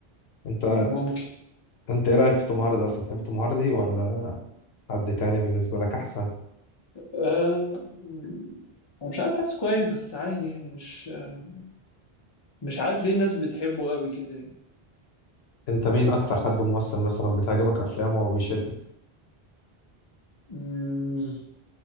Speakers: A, on the left; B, on the left.
A: انت
B: ممكن
A: انت ايه رأيك في توم هاردي اصلا تحب توم هاردي ولا حد تاني بالنسبة لك احسن
B: آه مم، أنا مش عارف حاسه كويس بس عادي يعني مش آه، مش عارف ليه الناس بتحبه قوي كده يعني
A: انت مين اكتر حد ممثل مثلا بتعجبك افلامه او بيشدك
B: مم،